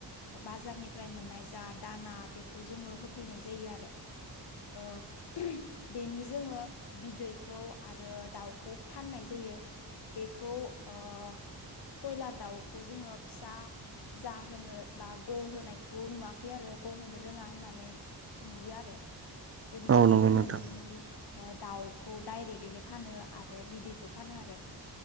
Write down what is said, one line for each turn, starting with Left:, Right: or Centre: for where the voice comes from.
Left: बार'नि मोननाय दाना बेखौ जों होफैनाय जायो आरो ओ <unintelligible> बेनि जोङो बिदैखौ आरो दाउखौ फाननाय जायो बेखौ ओ कयलार दाउखौ जोङो फिसा जाहोनो बा गहोनायखौ नुवाखै आरो गहोनो रोङा होननानै नुयो आरो बेनिखायनो
Right: औ नंगौ
Left: जोङो
Right: नोंथां
Left: बेनि दाउखौ डाइरेक्टैनो फानो आरो बिदैखौ फानो आरो